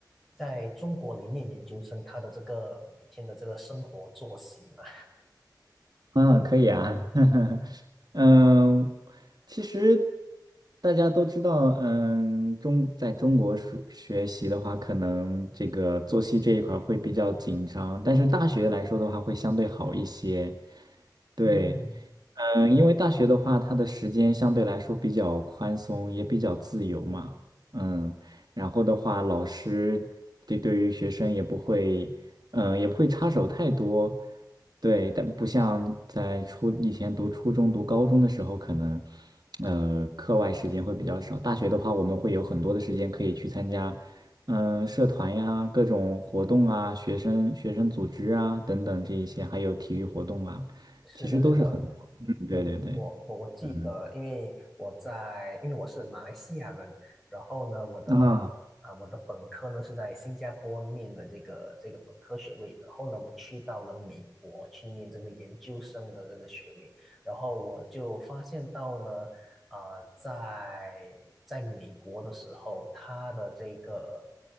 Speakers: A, in the centre; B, on the right.
A: 在中国里念研究生，他的这个每天的这个生活作息吗？
B: 嗯，可以啊，<laughs> 嗯，其实大家都知道，嗯，中在中国学学习的话，可能这个作息这一块儿会比较紧张，但是大学来说的话，会相对好一些，对。
A: 嗯
B: 嗯，因为大学的话，它的时间相对来说比较宽松，也比较自由嘛。嗯，然后的话，老师对对于学生也不会，嗯，也不会插手太多。对，但不像在初以前读初中、读高中的时候，可能呃课外时间会比较少。大学的话，我们会有很多的时间可以去参加，嗯、社团呀、各种活动啊、学生学生组织啊等等这一些，还有体育活动啊，
A: 是的，
B: 其实都是很
A: 是的，
B: 对对对，
A: 嗯，我我我记得，
B: 嗯
A: 因为我在，因为我是马来西亚人，然后呢，我的啊、
B: 啊，
A: 我的本科呢是在新加坡念的这个这个本科学位，然后呢，我去到了美国去念这个研究生的这个学位，然后我就发现到呢，啊，在在美国的时候，他的这个，